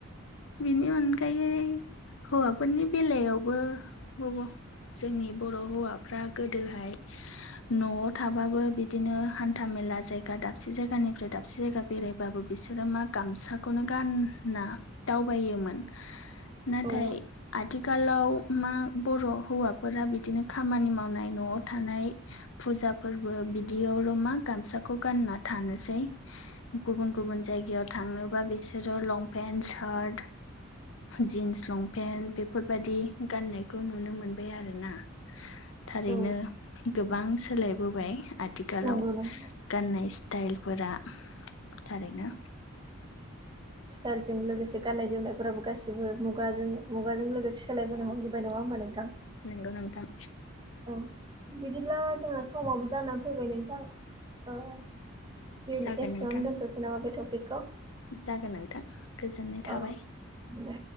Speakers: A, on the left; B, on the right.
A: बिनि अनगायै हौवाफोरनि बेलायावबो जोंनि बर' हौवाफ्रा गोदोहाय <inaudible> न'आव थाबाबो बिदिनो हान्था मेला जायगा दाबसे जायगानिफ्राय दाबसे जायगा बेराय बाबो बिसोरो मा गामसाखौनो गानना दावबायोमोन नाथाय
B: औ
A: आथि खालाव मा बर' हौवाफोरा बिदिनो खामानि मावनाय न'आव थानाय फुजा फोरबो बिदियावल' मा गामसाखौ गानना थानोसै गुबुन गुबुन जायगायाव थांनोबा बिसोरो लंपेन्ट सार्ट जिन्स लंपेन्ट बेफोरबायादि गाननायखौ नुनो मोनबाय आरोना थारैनो
B: औ
A: गोबां सोलायबोबाय आथिखालाव
B: नंगौ नोंथां
A: गाननाय स्टाइलफोरा थारैनो
B: स्टाइजों लोगोसे लोगोसे जे गाननाय जोमनायफोराबो गासिबो मुगाजों मुगाजों लोगोसे सोलायबोनो हमजोबबाय नङा होमबा नोंथां
A: नोंगौ नोंथां
B: औ बिदिब्ला जोंहा समावबो जानानै फैबाय नोंथां दिनै
A: जागोन
B: एसेयावनो
A: नोंथां
B: दोनथ'नोसै नामा बे टपिकखौ
A: जागोन नोंथां गोजोननाय थाबाय
B: औ दे